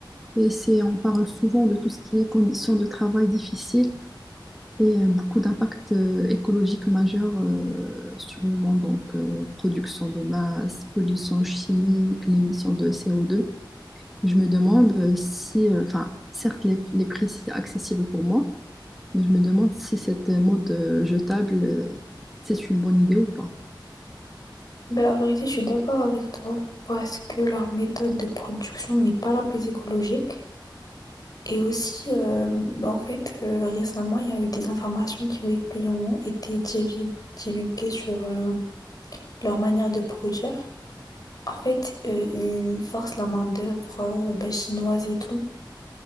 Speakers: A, in the centre; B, on the left.
A: et c'est, on parle souvent de tout ce qui est conditions de travail difficiles et euh, beaucoup d'impacts euh, écologiques majeurs euh, sur le monde, donc euh, production de masse, pollution chimique, l'émission de CO2. Je me demande euh, si, euh, enfin, certes, les, les prix, c'est accessible pour moi, je me demande si cette mode euh, jetable, euh, c'est une bonne idée ou pas.
B: Ben, la vérité, je suis d'accord avec toi parce que leur méthode de production n'est pas la plus écologique. Et aussi, euh, ben, en fait, euh, récemment, il y a eu des informations qui ont, qui ont été divi- divulguées sur euh, leur manière de produire. En fait, euh, ils forcent la main-d'œuvre euh, ben, chinoise et tout,